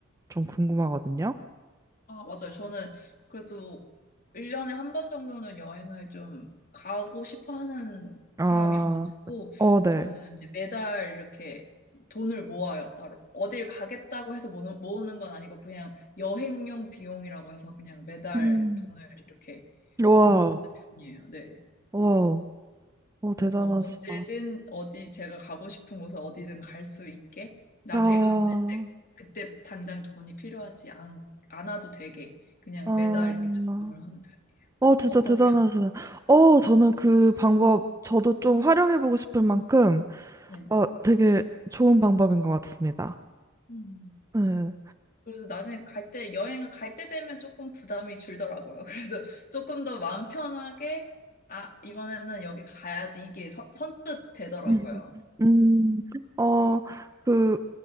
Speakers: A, on the right; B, on the left.
A: 좀 궁금하거든요.
B: 아, 맞아요. 저는 그래도 1년에 한 번 정도는 여행을 좀 가고 싶어 하는
A: 아,
B: 사람이어가지고,
A: 어, 네.
B: 저는 이제 매달 이렇게 돈을 모아요, 따로. 어딜 가겠다고 해서 모으- 모으는 건 아니고, 그냥 여행용 비용이라고 해서 그냥 매달
A: 음.
B: 돈을 이렇게
A: 와.
B: 모으는 편이에요. 네.
A: 와, 어,
B: 그래서
A: 대단하시다.
B: 언제든 어디 제가 가고 싶은 곳에 어디든 갈 수 있게 나중에
A: 아,
B: 갔을 때 그때 당장 돈이 필요하지 않, 않아도 되게 그냥
A: 아,
B: 매달 이렇게 저금을
A: 아,
B: 하는 편이에요.
A: 어, 진짜
B: 어떠세요?
A: 대단하시다. 어, 저는 그 방법, 저도 좀 활용해보고 싶을 만큼,
B: 네.
A: 어, 되게 좋은 방법인 것 같습니다.
B: 음.
A: 네.
B: 그래도 나중에 갈 때, 여행을 갈 때 되면 조금 부담이 줄더라고요. 그래도 <laughs> 조금 더 마음 편하게, 아, 이번에는 여기 가야지. 이게 선, 선뜻 되더라고요.
A: <laughs> 음, 음, 어, 그,